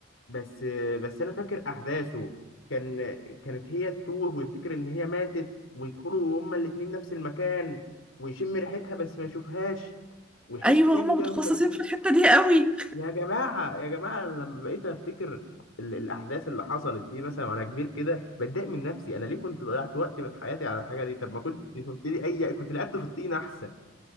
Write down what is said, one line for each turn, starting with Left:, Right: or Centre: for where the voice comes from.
Left: بس بس انا فاكر احداثه كان كانت هي تتوه ويفتكر ان هي ماتت ويدخلوا هما الاتنين نفس المكان ويشم ريحتها بس ما يشوفهاش ويحس
Centre: ايوه
Left: ان هي
Centre: هما
Left: مجرد
Centre: متخصصين
Left: مك...
Centre: في الحتة دي قوي
Left: يا جماعه يا جماعه لما بقيت افتكر ال... الاحداث اللي حصلت دي مثلا وانا كبير كده بتضايق من نفسي انا ليه كنت ضيعت وقت من حياتي على الحاجه دي طب ما كنت شفت لي اي كنت لعبت في الطين احسن